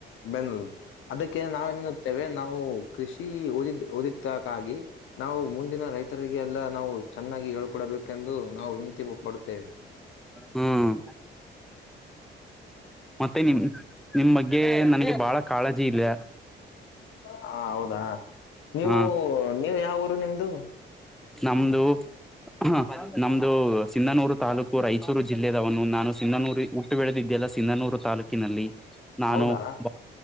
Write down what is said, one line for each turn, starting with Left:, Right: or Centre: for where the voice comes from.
Left: ಬೆನ್ನುಲು ಅದಕ್ಕೆ ನಾವೇನತ್ತೇವೆ ನಾವು ಕೃಷಿ ಓದಿದ ಓದಿದಕ್ಕಾಗಿ. ನಾವು ಮುಂದಿನ ರೈತರಿಗೆ ಎಲ್ಲ ನಾವು ಚೆನ್ನಾಗಿ ಹೇಳ್ಕೊಡಬೇಕೆಂದು ನಾವು ವಿನಂತತಿ ಮಾಡುತ್ತೇವೆ.
Centre: ಹ್ಮ್. ಮತ್ತೆ ನಿಮ ನಿಮ್ ಬಗ್ಗೆ ನನ್ಗೆ ಬಾಳ ಕಾಳಜಿ ಇಲ್ಲ.
Left: ಹಾ ಹೌದಾ ನೀವು
Centre: ಹ
Left: ನೀವು ಯಾವ ಊರು ನಿಮ್ದು.
Centre: ನಮ್ದು. ಹ ನಮ್ದು ಸಿಂಧನೂರು ತಾಲೂಕು ರಾಯಚೂರು ಜಿಲ್ಲೆದವನು ನಾನು ಸಿಂಧನೂರಿ ಹುಟ್ಟಿ ಬೆಳದಿದೇಲ್ಲ ಸಿಂಧನೂರು ತಾಲೂಕಿನಲ್ಲಿ. ನಾನು
Left: ಹೌದಾ
Centre: ಬ